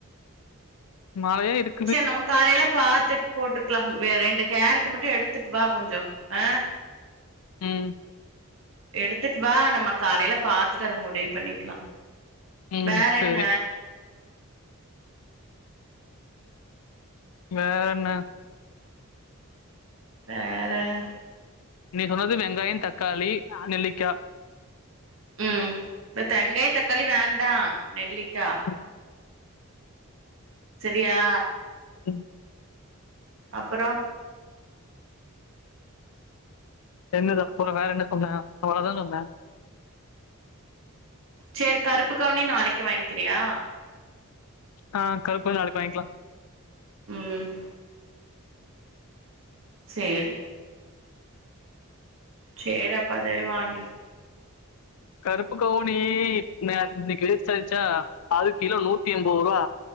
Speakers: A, on the left; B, on the right.
A: மழயே இருக்
B: செரி நம்ம காலேல பாத்துட் போட்டுக்கிலா வேற ரெண்டு கேரட் மட்டு எடுத்துட்டு வா கொஞ்சோ அ
A: ம்
B: எடுத்துட்டு வா நம்ம காலேல பாத்துட்டு அத முடிவு பண்ணிக்கிலா
A: ம்.
B: வேற
A: சரி.
B: என்ன
A: வேற என்ன
B: வேற
A: நீ சொன்னது வெங்காயோ தக்காளி நெல்லிக்கா
B: ம் பட் தெங்காய தக்காளி வேண்டா நெல்லிக்கா
A: ம்.
B: செரியா
A: ம்
B: அப்படோ
A: என்னது அப்பறோ வேற என்ன சொன்ன அவ்வளதா சொன்ன
B: செரி கருப்பு கவுனி நாளைக்கு வாங்கிக்கிறியா
A: ஆ கருப்பு கவுனி நாளைக்கு வாங்கிக்கலா
B: ம் சேரி சேரி அப்ப அதே வாங்கி
A: கருப்பு கவுனி அ இன்னைக்கி வேஸ்டாரிச்சா அது கிலோ நூத்தி எம்போது ரூவா